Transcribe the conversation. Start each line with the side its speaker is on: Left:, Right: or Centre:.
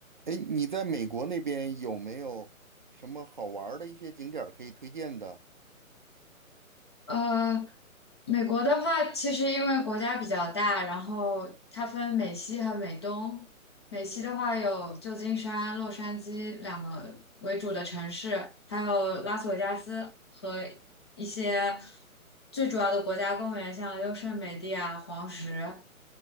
Right: 哎，你在美国那边有没有什么好玩儿的一些景点儿可以推荐的？
Left: 呃，美国的话，其实因为国家比较大，然后它分美西和美东。美西的话有旧金山、洛杉矶两个为主的城市，还有拉斯维加斯和一些最主要的国家公园，像优胜美地啊、黄石。